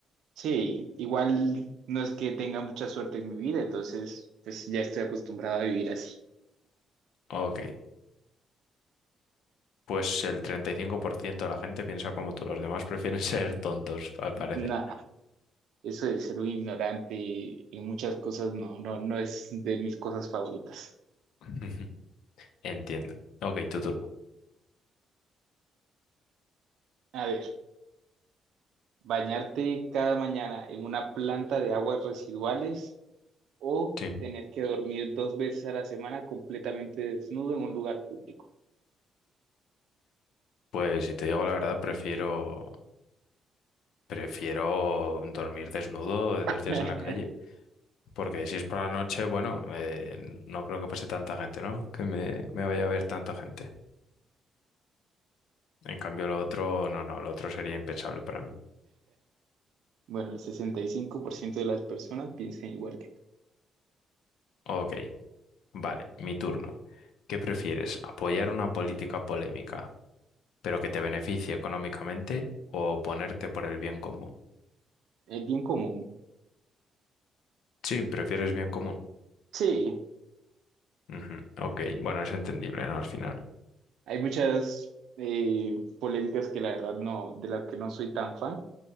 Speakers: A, on the right; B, on the left.
A: Sí, igual no es que tenga mucha suerte en mi vida, entonces pues ya estoy acostumbrado a vivir así.
B: Ok. Pues el 35% de la gente piensa como tú, los demás prefieren <laughs> ser tontos, al parecer.
A: Nada, eso de ser un ignorante en muchas cosas no, no, no es de mis cosas favoritas.
B: <laughs> Entiendo. Ok, tu turno.
A: A ver, bañarte cada mañana en una planta de aguas residuales o
B: Sí.
A: tener que dormir dos veces a la semana completamente desnudo en un lugar público.
B: Pues si te digo la verdad, prefiero. Prefiero dormir desnudo de dos
A: <laughs>
B: días en la calle. Porque si es por la noche, bueno, eh, no creo que pase tanta gente, ¿no? Que me, me vaya a ver tanta gente. En cambio, lo otro, no, no, lo otro sería impensable para mí.
A: Bueno, el 65% de las personas piensan igual que tú.
B: Ok, vale, mi turno. ¿Qué prefieres? ¿Apoyar una política polémica, pero que te beneficie económicamente, o ponerte por el bien común?
A: Es bien común.
B: Sí, prefieres bien común.
A: Sí.
B: Ujú, Ok, bueno, es entendible, ¿no? Al final.
A: Hay muchas eh, polémicas que la verdad no, de las que no soy tan fan.